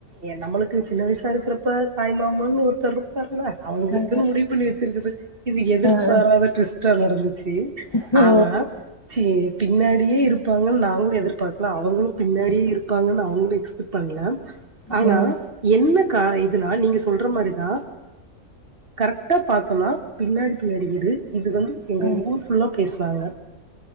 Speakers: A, on the right; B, on the left.
A: எ நம்மளுக்கு சின்ன வயசா இருக்கிறப்ப தாய் மாமனு ஒருத்தர் இருப்பார் ம்ம அவங்களுக்குனு
B: அ
A: முடிவு பண்ணி வச்சிருக்குது இது எதிர்பாராத
B: அ அ
A: டூவிஸ்டா நடந்துச்சி
B: சோ
A: ஆனா சீ ஏ பின்னாடியே இருப்பாங்கன்னு நாங்களு எதிர்பாக்கல அவங்களு பின்னாடியே இருப்பாங்கன்னு அவங்களு எக்ஸ்பெக்ட் பண்ல ஆனா
B: ம் ம்
A: என்ன க்கா இதுனா நீங்க சொல்ற மாரிதா கரெக்டா பாத்தனா பின்னாடி பின்னாடி வீடு இது வந்து எங்க
B: ம் ம்
A: ஊர் ஃபுல்லா பேஸ் லாங்க